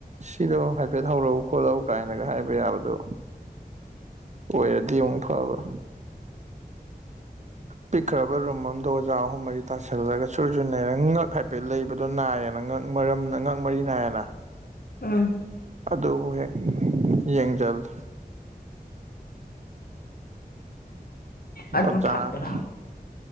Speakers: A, on the right; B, on the left.
A: ꯁꯤꯗꯣ ꯍꯥꯏꯐꯦꯠ ꯍꯧꯔꯛꯎ ꯈꯣꯠꯂꯧ ꯀꯥꯏꯅꯒ ꯍꯥꯏꯕ ꯌꯥꯕꯗꯨ ꯑꯣꯏꯔꯗꯤ ꯑꯃꯨꯛ ꯐꯕ ꯄꯤꯛꯈ꯭ꯔꯕ ꯔꯨꯝ ꯑꯃꯗꯣ ꯑꯣꯖꯥ ꯑꯍꯨꯝ ꯃꯔꯤ ꯇꯁꯤꯜꯂꯒ ꯁꯨꯔ ꯁꯨ ꯅꯩꯔ ꯉꯛ ꯍꯥꯏꯐꯦꯠ ꯂꯩꯕ ꯗꯣ ꯅꯥꯏꯌꯦꯅ ꯉꯛ ꯃꯔꯝ ꯉꯛ ꯃꯔꯤ ꯅꯥꯏꯌꯦꯅ
B: ꯎꯝ
A: ꯑꯗꯨꯕꯨ ꯍꯦꯛ ꯌꯦꯡꯖꯜꯂꯤ ꯑꯣꯖꯥꯅ
B: ꯑꯗꯨ ꯐꯠꯇ꯭ꯔꯥ